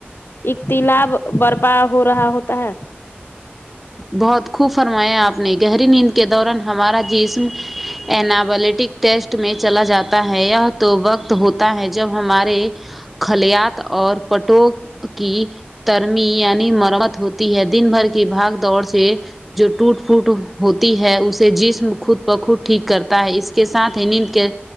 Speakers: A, on the left; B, in the centre.
A: اختلاب برپا ہو رہا ہوتا ہے
B: بہت خوب فرمایا آپ نے گہری نیند کے دوران ہمارا جسم ابلیٹک ٹیسٹ میں چلا جاتا ہے تو وقت ہوتا ہے جب ہمارے خلیات اور پٹوں کی ترمی یعنی مرمت ہوتی ہے دن بھر کے بھاگ دڑ سے جو ٹوٹ پوٹ ہوتی ہے اسے جسم خود بخود ٹھیک کرتا ہے اس کے ساتھ ہی نیند کے